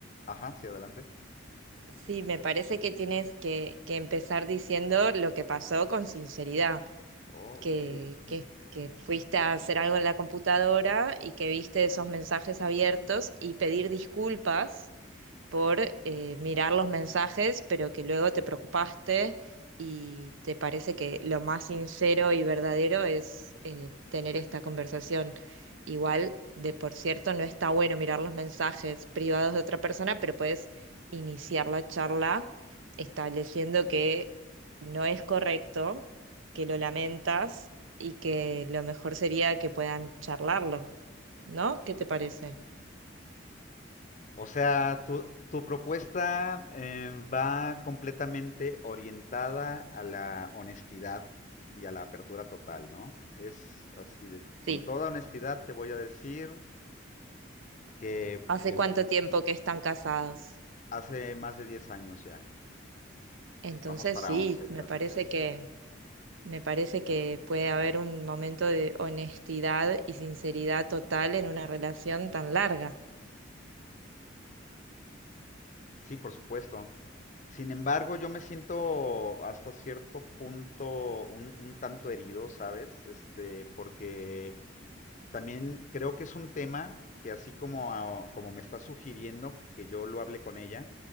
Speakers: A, on the left; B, on the right.
A: Ajá, sí, adelante.
B: sí, me parece que tienes que, que empezar diciendo lo que pasó con sinceridad.
A: Oh,
B: que,
A: ok. <laughs>
B: que, que fuiste a hacer algo en la computadora y que viste esos mensajes abiertos y pedir disculpas por eh, mirar los mensajes, pero que luego te preocupaste y te parece que lo más sincero y verdadero es eh, tener esta conversación. Igual, de por cierto, no está bueno mirar los mensajes privados de otra persona, pero puedes iniciar la charla estableciendo que no es correcto, que lo lamentas y que lo mejor sería que puedan charlarlo, ¿no? ¿Qué te parece?
A: O sea, tu, tu propuesta em, va completamente orientada a la honestidad y a la apertura total, ¿no? Es así de,
B: Sí.
A: con toda honestidad te voy a decir que
B: ¿Hace
A: em-
B: cuánto tiempo que están casados?
A: Hace más de 10 años ya.
B: Entonces
A: Vamos para
B: sí,
A: 11,
B: me
A: casi,
B: parece
A: casi.
B: que, me parece que puede haber un momento de honestidad y sinceridad total en una relación tan larga.
A: Sí, por supuesto. Sin embargo, yo me siento hasta cierto punto un, un tanto herido, ¿sabes? Este, porque también creo que es un tema que así como, a- como me está sugiriendo que yo lo hable con ella,